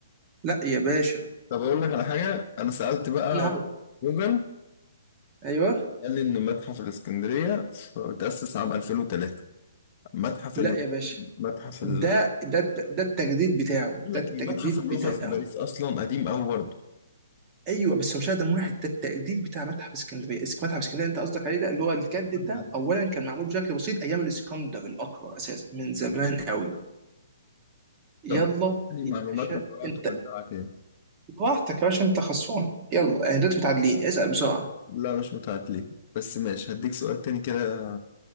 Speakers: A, on the right; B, on the left.
A: لا يا باشا
B: طب اقول لك على حاجه انا سالت بقى
A: انا هغ...
B: جوجل
A: ايوه
B: قال لي ان متحف الاسكندريه ف- تاسس عام 2003 متحف
A: لا
B: اليوم
A: يا باشا
B: متحف
A: ده
B: ال
A: ده ده التجديد بتاعه
B: بقول لك
A: ده التجديد
B: ايه متحف اللوفر
A: بتاعه
B: في باريس اصلا قديم قوي برضه
A: ايوه بس هو مش اقدم واحد ده التجديد بتاع متحف اسكندريه اسك- متحف اسكندريه انت قصدك عليه ده اللي هو الجدد
B: انت
A: ده
B: انت
A: اولا كان معمول بشكل بسيط ايام الاسكندر الاكبر اساسا من زمان قوي يلا
B: طب يعني
A: يا
B: معلومات
A: باشا
B: الوراء
A: انت
B: تراجعها تاني
A: براحتك يا باشا انت خسران يلا اهدت متعادلين اسال بسرعه
B: لا مش متعادلين بس ماشي هديك سؤال تاني كده